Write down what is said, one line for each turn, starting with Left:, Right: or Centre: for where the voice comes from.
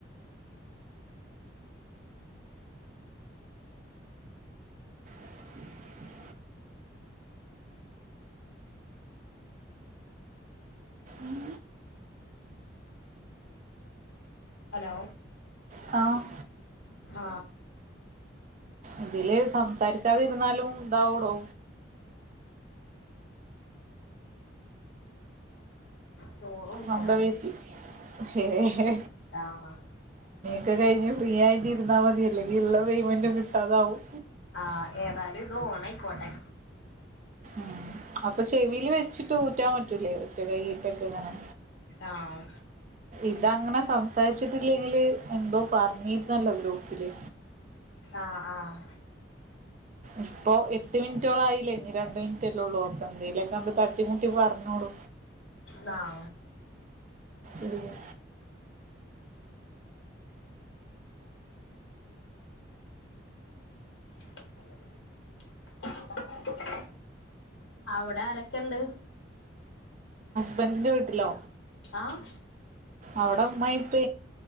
Right: <unintelligible> ഉം
Left: ഹലോ
Right: താ
Left: ആ
Right: ഇതില് സംസാരിക്കാതിരുന്നാലും ഇതാവൂടോ
Left: ചോറ് വക്കാന്ണ്ട്
Right: സ്വന്തം വീട്ടി ഹേ ഹേ
Left: ആഹ്
Right: ഒക്കെ കഴിഞ്ഞ് ഫ്രീ ആയിട്ട് ഇരുന്നാൽ മതിയല്ലെങ്കിൽ ഉള്ള പേയ്മെന്റും കിട്ടാതാവും
Left: ആ ഏതായാലും ഓ കോട്ടെ
Right: ആം അപ്പൊ ചെവില് വെച്ചിട്ട് ഊറ്റാൻ പറ്റൂലേ ഒറ്റ കൈയീറ്റൊക്കെ എങ്ങനെ
Left: ആഹ്
Right: ഇതങ്ങനെ സം സരിച്ചിട്ടില്ലെങ്കില് എന്തോ പറഞ്ഞിരുന്നല്ലോ ഗ്രൂപ്പില്
Left: ആഹ് ആഹ്
Right: ഇപ്പൊ എട്ട് മിനിറ്റോളം ആയില്ലേ ഇനി രണ്ട മിനിറ്റല്ലേ ഉള്ളൂ അപ്പ എന്തെങ്കലൊക്കെണ്ട് തട്ടിമുട്ടി പറഞ്ഞൂട്
Left: വൗ
Right: ഇടിഞ്ഞ്
Left: <unintelligible> അവിടെ ആരൊക്കെ ഇണ്ട്
Right: ഹസ്ബൻറീൻറ വീട്ടിലോ
Left: ആഹ്
Right: അവിടെ ഉമ്മ ഇപ്പ